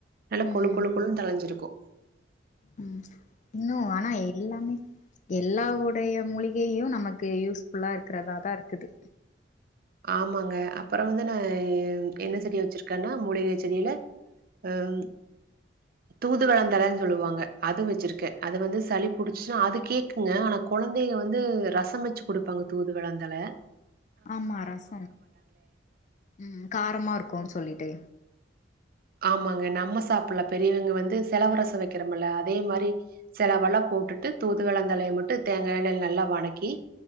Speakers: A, on the right (about 55°); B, on the left (about 40°).
A: நல்லா
B: ம்
A: கொழு கொழு கொழு னு தலைஞ்சிருக்கூ
B: ம் இன்னு ஆனா எல்லாமே எல்லா உடைய மூலிகையையு நமக்கு யூஸ்ஃபுல்லா இருக்கிறதா தா இருக்குது
A: ஆமாங்க அப்புரோ வந்து நா என்ன செடிய வச்சிருக்கேன்னா மூலிகை செடியில ஏம் தூது வளந்தலன்னு சொல்லுவாங்க அது வச்சிருக்கே அத வந்து சளி புடிச்சுன்னா அது கேக்குங்க ஆனா கொழந்தைங்க வந்து ரசம் வச்சு கொடுப்பாங்க தூதுவளந்தல
B: ஆமா ரசம் ம் காரமா இருக்குன்னு சொல்லிட்டு
A: ஆமாங்க நம்ம சாப்பல்லா பெரியவங்க வந்து செலவு ரசோ வெக்கறமல்ல அதே மாரி செலவெல்லா போட்டுட்டு தூதுவளந்தலய மட்டு தேங்கா எண்ணெய்ல நல்லா வனக்கி